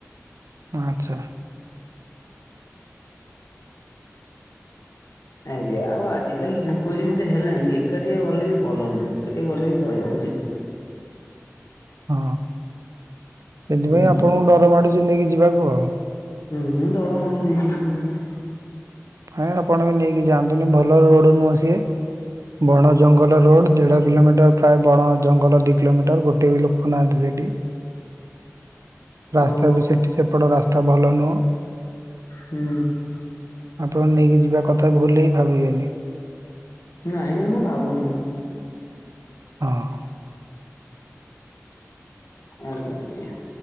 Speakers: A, on the right; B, on the left.
A: ଆଛା।
B: ଆଜ୍ଞା, ଆଉ ଆଜିକାଲି ଯୁଗ ଯେମିତି ହେଲାଣି ଏକାଟିଆ ଗଲେ ବି ଭଲ ନୁହେଁ, ଏକାଟିଆ ଗଲେ ବି ଭୟ ହଉଛି।
A: ହଁ, ସେଥିପାଇଁ
B: ହୁଁ
A: ଆପଣଙ୍କୁ ଡର ମାଡୁଛି ନେଇକି ଯିବାକୁ ଆଉ।
B: ହୁଁ ହଁ ଡର ମାଡୁଛି ନେଇ ଯିବାକୁ।
A: ହାଇଁ ଆପଣ ବି ନେଇକି ଯାଆନ୍ତୁନି, ଭଲ ରୋଡ଼ ନୁହଁ ସିଏ। ବଣ ଜଙ୍ଗଲ ରୋଡ, ଦେଢ଼ କିଲୋମିଟର ପ୍ରାୟ ବଣ ଜଙ୍ଗଲ ଦି କିଲୋମିଟର ଗୋଟେ ବି ଲୋକ ରଖୁନାହାନ୍ତି ସେଠି, ରାସ୍ତା
B: ଓହୋ
A: ବି ସେଠି ସେପଟ ରାସ୍ତା ଭଲ ନୁହଁ।
B: ହୁଁ।
A: ଆପଣ ନେଇକି ଯିବା କଥା ଭୁଲ ରେ ବି ଭାବିବେନି?
B: ନାଁ ନାଇଁ ମୁଁ ଭାବୁନି।
A: ହଁ
B: ଆଜ୍ଞା ଆଜ୍ଞା